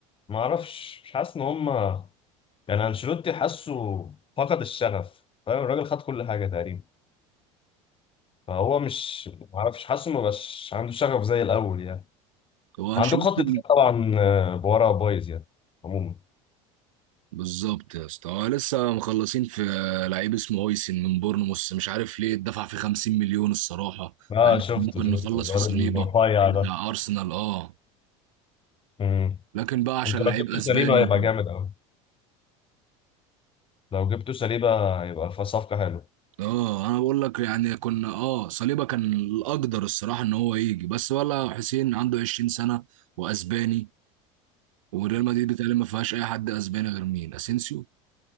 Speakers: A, on the left; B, on the right.
A: ما اعرفش مش حاسس ان هم يعني انشيلوتي حاسه فقد الشغف فاهم الراجل خد كل حاجه تقريبا فهو مش ما اعرفش حاسه ما بقاش عنده شغف زي الاول يعني
B: هو
A: وعندك
B: انشيلوتي
A: خط دفاع طبعا آه، بورا بايظ يعني عموما
B: بالظبط يا اسطى هو لسه مخلصين في لعيب اسمه هويسن من بورنموث مش عارف ليه اتدفع في 50 مليون الصراحه
A: اه
B: يعني
A: شفته
B: ممكن
A: شفته
B: نخلص
A: الواد
B: في صليبه
A: الرفيع
B: بتاع
A: ده
B: ارسنال اه
A: امم
B: لكن بقى عشان
A: انت لو
B: لعيب
A: جبت
B: اسباني
A: سليبه هيبقى
B: وكده.
A: جامد قوي لو جبت سليبه هيبقى في صفقه حلوه
B: اه انا بقول لك يعني كنا اه صليبه كان الاقدر الصراحه ان هو يجي بس ولا حسين عنده 20 سنه واسباني وريال مدريد بتقريبا ما فيهاش اي حد اسباني غير مين اسينسيو